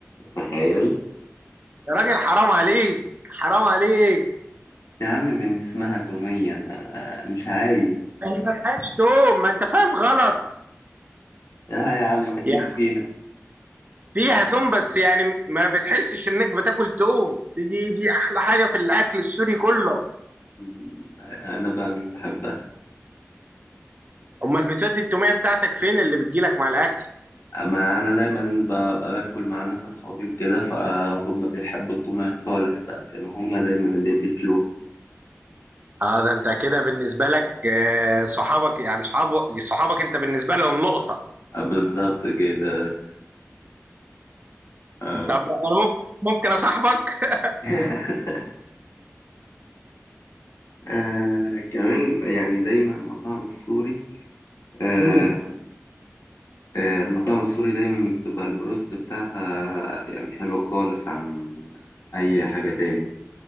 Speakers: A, on the left; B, on the right.
A: تخيل
B: يا راجل حرام عليك حرام عليك
A: يا عم من اسمها توميه أنا مش عايز
B: ما هي ما فيهاش توم ما انت فاهم غلط
A: لا يا عم اكيد
B: يعني
A: فيها
B: فيها توم بس يعني ما بتحسش انك بتاكل توم دي دي احلى حاجه في الاكل السوري كله
A: م، انا بقى مش بحبها
B: امال بتودي التوميه بتاعتك فين اللي بتجيلك مع الاكل
A: اما انا دايما ببقى باكل مع ناس اصحابي وكده فهم بيحبوا التوميه خالص فكانوا هم دايما اللي بياكلوها
B: اه ده انت كده بالنسبه لك آه، صحابك يعني صحابك صحابك انت بالنسبه لهم لقطه
A: بالظبط كده آه.
B: طب انا ممكن ممكن اصاحبك
A: <laughs> آه كمان يعني دايما المطاعم السوري آه
B: امم
A: آه المطاعم السوري دايما بتبقى البروست بتاعها يعني حلو خالص عن أي حاجة تاني